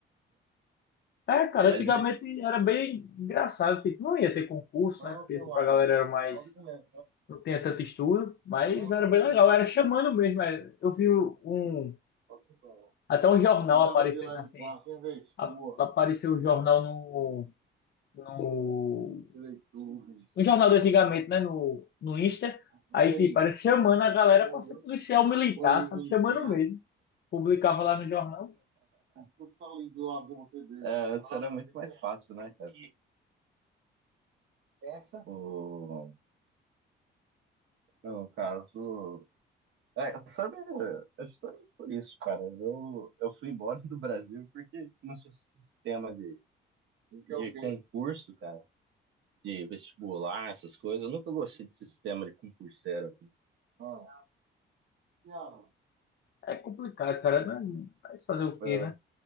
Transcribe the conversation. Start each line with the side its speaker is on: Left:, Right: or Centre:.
Left: É, cara,
Right: Mas
Left: antigamente
Right: ele,
Left: era bem engraçado, tipo, não ia ter concurso,
Right: Não,
Left: né? Porque
Right: não
Left: tipo,
Right: ainda.
Left: a galera era mais.
Right: Olha o não é
Left: Não tinha tanto estudo, mas
Right: Não,
Left: era bem
Right: tem
Left: legal,
Right: não.
Left: era chamando mesmo. é. Eu vi um.
Right: Só que não.
Left: Até um jornal
Right: E
Left: aparecendo
Right: lá
Left: assim
Right: do quarto, hein, vez?
Left: a-
Right: Por boa.
Left: apareceu o jornal no, no,
Right: Direitores.
Left: no jornal de antigamente, né? No, no Insta.
Right: Um
Left: Aí,
Right: cheirinho.
Left: tipo, era chamando a galera
Right: Pô,
Left: para ser policial militar,
Right: Banheiro
Left: sabe?
Right: limpei.
Left: Chamando mesmo. Publicava lá no jornal.
Right: Tudo tá lindo é, antes era muito mais fácil, né, cara? Essa? O, no caso. É, sabe, é justamente por isso, cara. Eu, eu fui embora do Brasil porque nosso sistema de, Porque é o de quê? concurso, cara, de vestibular, essas coisas. Eu nunca gostei desse sistema de concurseiro. Ah, não
Left: É complicado, cara. né mas fazer o quê,
Right: Eu,
Left: né?